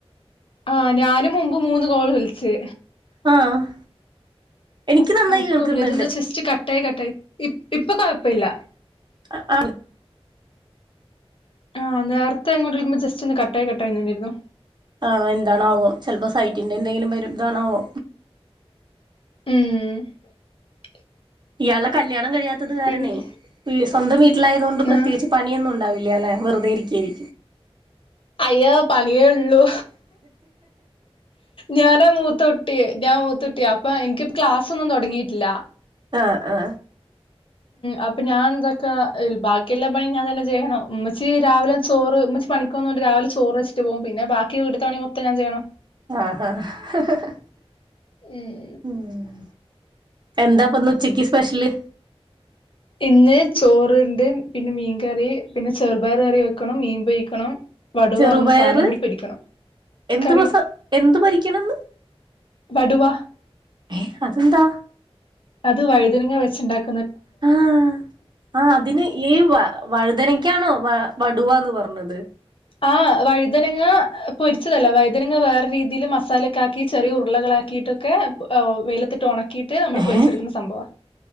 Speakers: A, on the left; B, on the right.
A: ആ ഞാനും മുമ്പ് മൂന്ന് കോള് വിളിച്ച്
B: ആ എനിക്ക് നന്നായി
A: ആ അപ്പം
B: കേൾക്കുന്നുണ്ട്
A: കുഴപ്പല്ല ഇതെന്താ ജസ്റ്റ് കട്ടായി കട്ടായി ഇ ഇപ്പൊ കൊഴപ്പ ഇല്ല
B: ആ ആ
A: ആഹ് നേരത്തെ ഇങ്ങോട്ട് വിളിക്കുമ്പോ ജസ്റ്റോന്ന് കട്ടായി കട്ടായി നിന്നിരുന്നു
B: ആണോ എന്താണാവോ ചെലപ്പോ സൈറ്റിന്റെ എന്തെങ്കിലും വരുതാണാവോ
A: ഉം
B: ഇയാള്ടെ കല്യാണം കഴിയാത്തത് കാരണേ
A: പിന്നെ
B: വീ സ്വന്തം വീട്ടിലായതോണ്ട് പ്രത്യേകിച്ച്
A: ആഹ്
B: പണിയൊന്നുണ്ടാവി ഇല്ലാ, ഞാൻ വെറുതെ ഇരിക്കെയ്നി
A: അയ്യോ, പണിയേ ഉള്ളൂ. ഞാനാ മൂത്തട്ടി. ഞാൻ മൂത്തട്ടിയ, അപ്പൊ എനിക്ക് ക്ലാസൊന്നും തുടങ്ങിട്ടില്ല
B: ആ ആ
A: അപ്പൊ ഞാൻ എന്താക്കാ, ബാക്കിയെല്ലാ പണി ഞാൻ തന്നെ ചെയ്യണം. മ്മച്ചി രാവിലെ ചോറ് മമ്മച്ചി പണിക്കൊന്ന രാവില ചോറ് വച്ചിട്ട് പോവും. പിന്നെ ബാക്കി വീട്ടിത്തെ പണി മൊത്തം ഞാൻ ചെയ്യണം.
B: ആഹ, ഹ, ഹ് ഹ്,
A: ഉം
B: ഉം എന്താപ്പോന്ന് ഉച്ചക്ക് സ്പെഷ്യല്.
A: ഇന്ന് ചോറണ്ട്, പിന്നെ മീൻകറി, പിന്നെ ചെറുപയർ കറി വെക്കണം മീൻപൊഴിക്കണം വടുവ
B: ചെറുപയറ്
A: പറഞ്ഞ സാധനം കൂടി പൊരിക്കണം.
B: എന്ത്
A: കറി
B: മസ എന്ത് പൊരിക്കണംന്ന്
A: വടുവ
B: ഏ അതെന്താ
A: അത് വൈതനങ്ങ വെച്ചുണ്ടക്ക
B: ആ ആ അതിൻ ഏ വ വഴുതനക്കാണോ വ വടുവാന്ന് പറഞ്ഞത്.
A: ആ വഴുതനങ്ങ പൊരിച്ചതല്ല, വഴുതനങ്ങ വേറെ രീതിയിൽ മസാലൊക്കെ ആക്കി ചെറിയ ഉരുളകള ആക്കിട്ടൊക്കെ ഓ വെയിലത്തിട്ട് ഉണക്കിയിട്ട് നമ്മള്
B: ഏഹ്
A: പൊരിച്ചെടുക്കുന്ന സംഭവ.